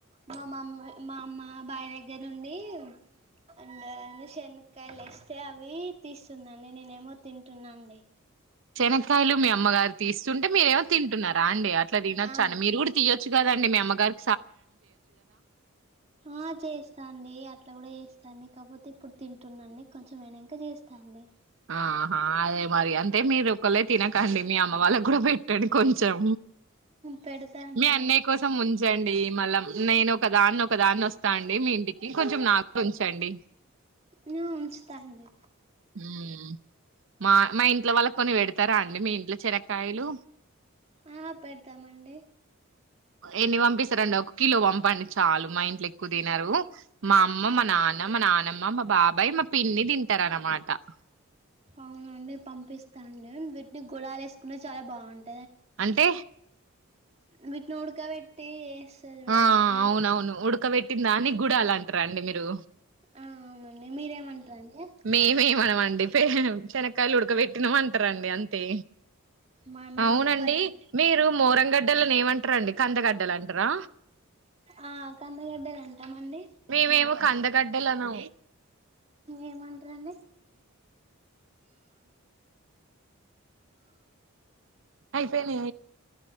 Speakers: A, on the right; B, on the right.
A: మా మమ్మీ మా బాబాయి దగ్గర నుండి అండ్ ఏంది శనక్కాయలు తెస్తే అవి తీస్తుందండి. నేనేమో తింటున్నా అండి.
B: శనకాయలు మీ అమ్మగారు తీస్తుంటే మీరేమో తింటున్నారు రాండి అట్లా తినొచ్చాండి
A: ఆ
B: అట్ల మీరు కూడా తీయొచ్చు కదా డి మీ అమ్మగారు
A: ఆ చేస్తా అండి అ అట్లా కూడా చేస్తాడి కాకపోతే ఇప్పుడు తింటున్నాండి కొంచెంమయినాక చేస్తాండి
B: ఆహా అదే మరి అంటే మీరు ఒకలే తినకండి మీ అమ్మ వాళ్ళకు కూడ్ కూడా పెట్టండి కొంచెం
A: పెడతా అండి
B: మీ అన్నయ్య కోసం ము ఉంచండి మళ్ళ నేను ఒక దాన్ని ఒక దాన్ని వస్తా అండి మీ ఇంటికి కొంచెం నాకు ఉంచండి
A: ఉ ఉంచుతనులే
B: హ్మ్ మా ఇంట్లో వాళ్ళకి కొన్ని పెడతారా అండి మీ ఇంట్లో శనక్కాయలు
A: ఆ పెడతామండి.
B: ఎన్ని పంపిస్తారండి ఒక కిలో పంపండి చాలు మా ఇంట్లో ఎక్కువ తినరు మా అమ్మ, మా నాన్న, మా నానమ్మ, మా బాబాయ్, మా పిన్ని తింటరు అన్నమాట ట
A: అవునండి పంపిస్తా అండి వీటిని గుడాలేస్ నువ్వు చాలా బాగుంటావ్
B: అంటే
A: వీటిని ఉడకబెట్టి వేస్తారు చూడండి
B: ఆ
A: ఉడు
B: అవునవును ఉడకబెట్టిందాన్ని గుడాల్ అంట రండి మీరు
A: ఆ అవునండి మీరేమంటారండి
B: మేమేం అనం మండిపోయను శనక్కాయలు ఉడకబెట్టినాం అంటరండి అం తే
A: మనమేమో
B: అవునండి
A: వాటి
B: మీరు మోరం గడ్డలని ఎమంటారండి కందగడ్డలు అంటరా
A: ఆ కందగడ్డలు ఎంతా మండి
B: మేమేమ కందకడ్డెలాన్నా
A: ఏమంటారంండి
B: అయిపోయినా